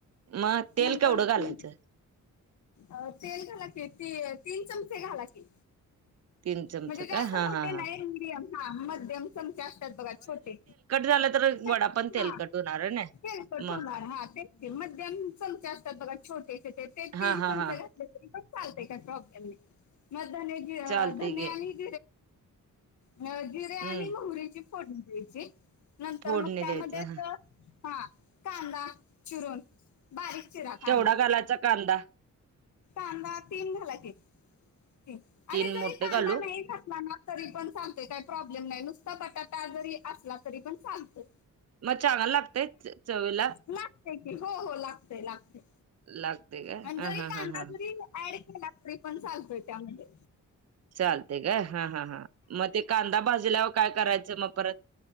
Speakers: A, on the right; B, on the left.
A: मग तेल
B: नंतर
A: केवढं
B: तुम्ही,
A: घालायचं
B: अ तेल घाला की तीन चमचे घाला की
A: तीन चमच
B: म्हणजे जास्त
A: का हा
B: मोठे
A: हा हा
B: नाही मिडियम हा मध्यम चमचे असतात बघा छोटे
A: झाल तर
B: हा
A: वडा पण तेलकट होणार ना
B: तेलकट
A: मग
B: होणार तेच ते मध्यम चग असतात बघा छोटेचे ते तेच
A: हा
B: तीन
A: हा
B: चमचे
A: हा
B: घातले पण चालतय काय प्रब्लेम नाही
A: चालते घे
B: मग जिरे आणि
A: हम्म
B: मोहरीची फोडून घ्यायची नंतर
A: फोडणी
B: मग त्यामध्येच
A: द्यायचं ह
B: हा कांदा चिरून बारीक चिरा कांदा
A: केवढा घालायचा कांदा
B: कांदा तीन घाला तीन
A: तीन
B: आणि जरी
A: मोठे
B: कांदा
A: घालू
B: नाही घातला ना तरी पण सांगते काय प्रॉब्लेम नाही नुसता बटाटा जरी असला तरी पण सांगते
A: मग चांग लागतय चवीला
B: लागतेय की हो हो लागतेय लागते
A: लागते का
B: आणि
A: हा
B: जरी
A: हा
B: कांदा
A: हा हा
B: जरी
A: ह
B: ऍड केला तरी पण चालतोय त्यामध्ये
A: चालते काय हा हा हां मग ते कांदा भाजल्यावर काय करायचं मग परत